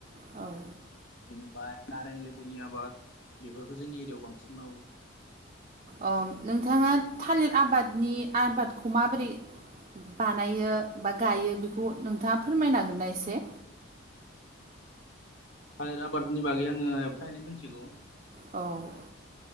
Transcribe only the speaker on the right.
औ
ओ नोंथाङा थालिर आबादनि आबादखौ माबोरै बानायो बा गायो बेखौ नोंथाङा फोरमायन हांगोनना एसे?
औ